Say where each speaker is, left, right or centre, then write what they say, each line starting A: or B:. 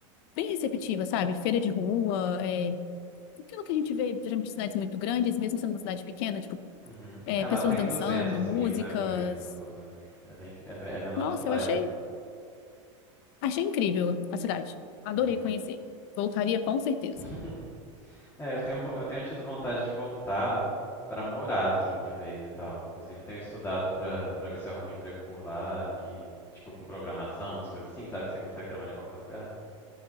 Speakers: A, on the left; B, on the left.
A: bem receptiva, sabe? Feira de rua, é, aquilo que a gente vê geralmente em cidades muito grandes, mesmo sendo uma cidade pequena, tipo,
B: uhum.
A: é,
B: É, lá
A: pessoas
B: tem
A: dançando,
B: duzentos
A: músicas.
B: mil, né? Por aí, pelo que eu me lembro. É bem, pe- é, be- é menor
A: Nossa,
B: do que Leipzig.
A: eu achei, achei incrível a cidade. Adorei
B: Uhum.
A: conhecer. Voltaria com certeza.
B: <laughs> É, eu tenho, vo- eu tenho tido vontade de voltar pra morar, assim, de vez e tal. Inclusive, tenho estudado pra para ver se eu arrumo um emprego por lá, que, tipo, com programação, umas coisas assim, sabe? Que você consegue trabalhar em qualquer lugar.